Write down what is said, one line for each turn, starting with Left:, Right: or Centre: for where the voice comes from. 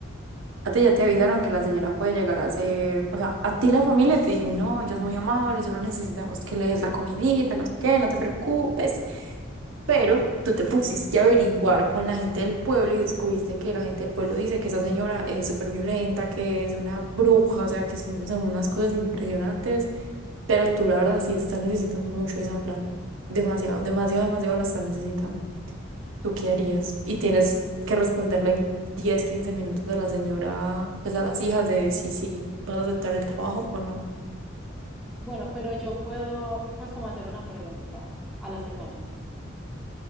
Right: A ti ya te avisaron que la señora puede llegar a ser, o sea, a ti la familia te dijo, no, ella es muy amable, solo necesitamos que le des la comidita, no sé qué, no te preocupes. Pero tú te pusiste a averiguar con la gente del pueblo y descubriste que la gente del pueblo dice que esa señora es súper violenta, que es una bruja, o sea, que son, son unas cosas impresionantes, pero tú la verdad sí estás necesitando mucho esa plata. Demasiado, demasiado, demasiado la estás necesitando. ¿Tú qué harías? Y tienes que responderle en 10, 15 minutos a la señora, pues a las hijas de si, si vas a aceptar el trabajo o no.
Centre: Bueno, pero yo puedo, pues como hacer una pregunta a las personas.